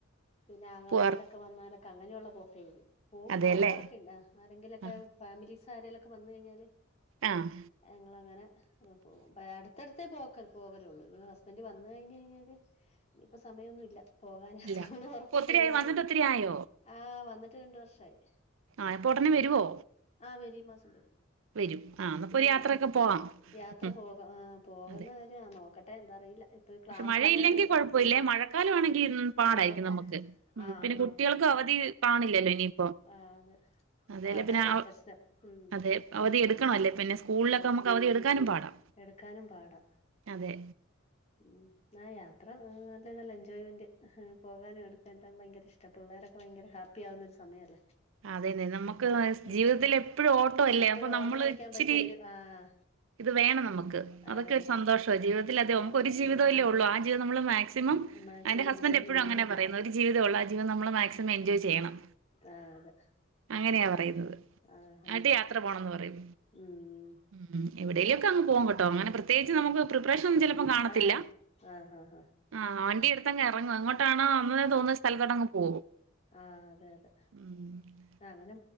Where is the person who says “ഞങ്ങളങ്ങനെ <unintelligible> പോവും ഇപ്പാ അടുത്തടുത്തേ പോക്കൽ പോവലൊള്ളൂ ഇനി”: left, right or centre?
Left